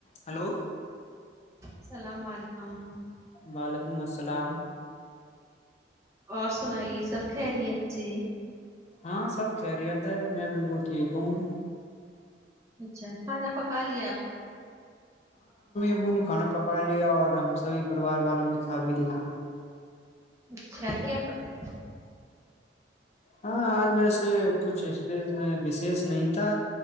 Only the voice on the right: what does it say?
السلام علیکم
اور سنائیے سب خیریت سے
اچھا کھانا پکا لیا آپ
اچھا کیا پکایا